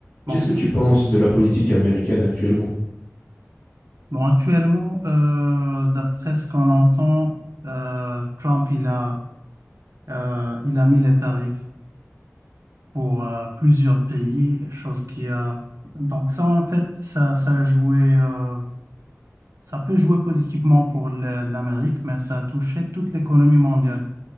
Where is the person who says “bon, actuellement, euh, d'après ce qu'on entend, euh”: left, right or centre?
Right